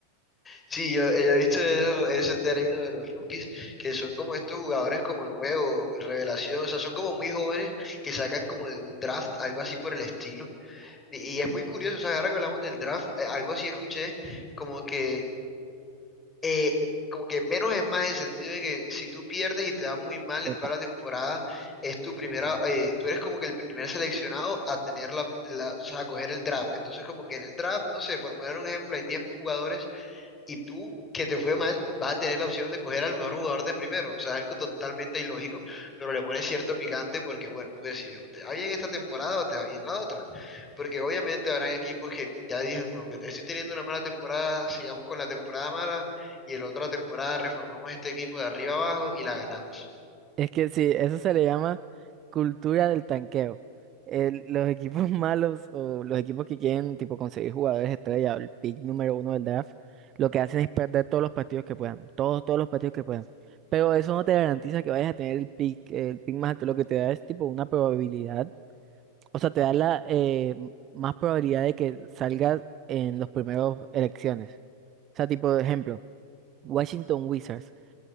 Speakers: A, on the left; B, on the right.
A: Sí, yo, eh, yo he visto eso- ese término de los rookies, que son como estos jugadores como nuevos, revelación, o sea, son como muy jóvenes que sacan como de un draft, algo así por el estilo. Y, y es muy curioso, o sea, ahora que hablamos del draft, eh, algo así escuché, como que eh, como que menos es más en el sentido de que si tú pierdes y te da muy mal
B: Epa.
A: en toda la temporada, es tu primera, eh, tú eres como que el primer seleccionado a tener la, la- o sea, a coger el draft. Entonces, como que en el draft, no sé, por poner un ejemplo, hay 10 jugadores y tú, que te fue mal, vas a tener la opción de coger al mejor jugador de primero. O sea, es algo totalmente ilógico, pero le pones cierto picante porque, bueno, tú decides, o te va bien esta temporada o te va bien la otra. Porque obviamente habrán equipos que ya dicen, como que estoy teniendo una mala temporada, sigamos con la temporada mala y el la otra temporada reformamos este equipo de arriba abajo y la ganamos.
B: Es que sí, eso se le llama cultura del tanqueo. El- los <laughs> equipos malos o los equipos que quieren tipo conseguir jugadores estrella, o el pick número uno del draft, lo que hacen es perder todos los partidos que puedan, todos, todos los partidos que puedan. Pero eso no te garantiza que vayas a tener el pick, el pick más alto, lo que te da es tipo una probabilidad, o sea, te da la eh, más probabilidad de que salgas en los primeros elecciones. O sea, tipo, de ejemplo, Washington Wizards